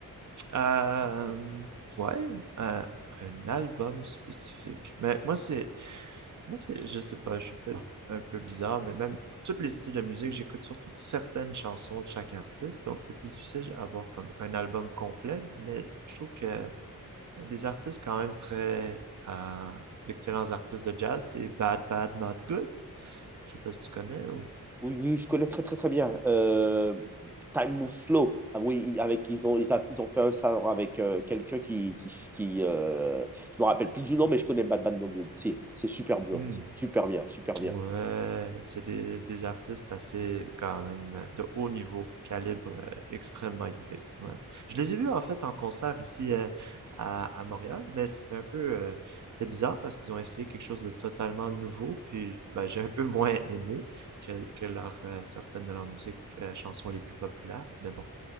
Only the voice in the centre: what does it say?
Oui, oui, je connais très, très, très bien. Euh, Time Moves Slow. Ah oui, avec, ils ont, ils a- ils ont fait un salon avec euh, quelqu'un qui, qui, qui euh, je me rappelle plus du nom, mais je connais Bad Bad Bad Bad. C'est c'est super bien,
c'est super bien, super bien.